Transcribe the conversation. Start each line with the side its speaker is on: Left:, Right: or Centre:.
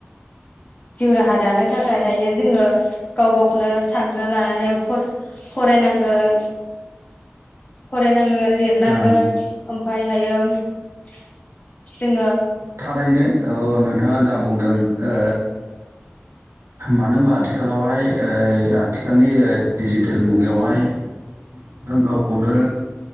Left: जिउ राहा दानो थाखाय हायो जोङो गाव गाव खौनो सानग्रोना लानानै फ-फरायनांगोन। फरायनांगोन लिर नांगोन
Right: ओ
Left: ओमफायहायो जोङो
Right: थारैनो औ नोंथाङा जा बुंदों ओ मानो होनबा आथिखालावहाय ओ आथिखालनि ओ डिजिटेल मुगायावहाय आं गावखौनो